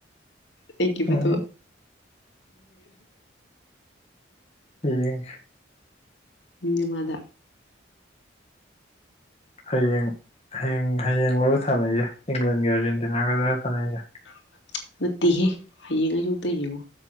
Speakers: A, on the left (about 70°); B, on the left (about 35°).
A: ꯑꯩꯒꯤ
B: ꯎꯝ
A: ꯐꯣꯇꯣ
B: ꯌꯦꯡꯒꯦ
A: ꯅꯤꯅꯦꯃꯥꯗꯥ
B: ꯍꯌꯦꯡ ꯍꯌꯦꯡ ꯍꯌꯦꯡꯂꯕ ꯊꯥꯅꯩꯖꯦ ꯏꯪꯂꯟꯒ ꯑꯥꯔꯖꯦꯟꯇꯤꯅꯥꯒꯗꯔ ꯊꯥꯟꯅꯩꯖꯦ
A: <inaudible> ꯅꯠꯇꯦꯍꯦ ꯍꯌꯦꯡ ꯑꯌꯨꯛꯇ ꯌꯦꯡꯉꯣ